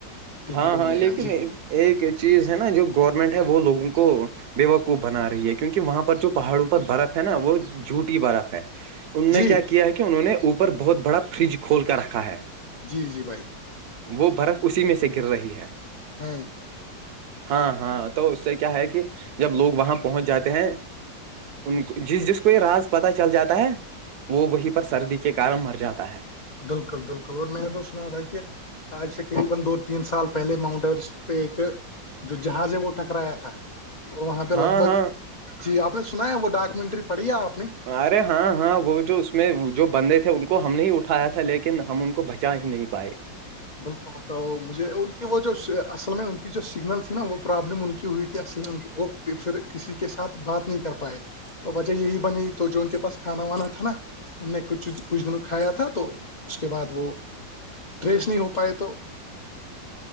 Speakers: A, on the left; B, on the right.
A: دیکھنے
B: ہاں
A: کو
B: ہاں
A: ملے
B: لیکن
A: گا جی جی
B: ایک چیز ہے نا جو گورنمنٹ ہے وہ لوگوں کو بےوقوف بنا رہی ہے کیونکہ وہاں پر جو پہاڑوں پر برف ہے نا وہ جھوٹی برف ہے ان نے
A: جی
B: کیا ہے کہ انہوں نے اوپر بہت بڑا فریج کھول کر رکھا ہے
A: جی جی بھائی
B: وہ برف اسی میں سے گر رہی ہے
A: ہاں
B: ہاں ہاں تو اس سے کیا ہے کہ جب لوگ وہاں پہنچ جاتے ہیں ان کو جس جس کو یہ راز پتا چل جاتا ہے وہ وہیں پر سردی کے کارن مر جاتا ہے
A: بالکل بالکل اور میں تو سنا تھا کہ آج تقریبا دو تین سال پہلے ماؤنٹ ایوریسٹ پہ ایک جو جہاز ہے وہ ٹکرایا تھا اور وہاں پہ
B: ہاں
A: لگ بھگ
B: ہاں
A: جی آپ نے سنا ہے وہ ڈاکومنٹری پڑھی ہے آپ نے
B: ارے ہاں ہاں وہ جو اس میں جو بندے تھے ان کو ہم نہیں اٹھایا تھا لیکن ہم ان کو بچا ہی نہیں پائے
A: بالکل تو مجھے ان کی وہ جو اصل میں ان کی جو سگنل تھی نا وہ پرابلم ان کی ہوئی تھی اصل میں ان کی وہ کہ پھر کسی کے ساتھ بات نہیں کر پائے تو وجہ یہی بنی تو جو ان کے پاس کھانا وانا تھا نا ان نے کچھ کچھ دنوں کھایا تھا تو اس کے بعد وہ
B: <inaudible>
A: ٹریس ہو پائے تو